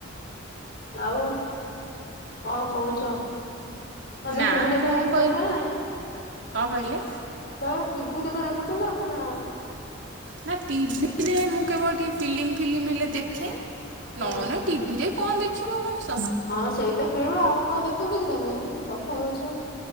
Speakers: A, on the left; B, on the right.
A: ଆଉ କଣ କହୁଚ? ତମେ
B: ନା
A: ଟିଭି ଦେଖା
B: କଣ
A: ଦେଖି
B: କହି
A: କରୁଛ ନା ନାଇଁ?
B: କଣ କହିଲେ?
A: ତମେ ଟିଭିି କେତେ ଦେଖୁଛନ୍ତି ନା ଦେଖୁନା?
B: ନା ଟିଭିରେ ମୁଁ କେବଳ ଟିକେ ଫିଲ୍ମ ଫିଲ୍ମ ହେଲେ ଦେଖେ।
A: ହୁଁ
B: ନନ ଟିଭିରେ କଣ ଦେଖିବ ମଣିଷ।
A: ହଁ ସେଇ ତ ଫିଳୁ ଆଉ କଣ ଦେଖନ୍ତି କି ତମେ କି କଥା କଉଛ।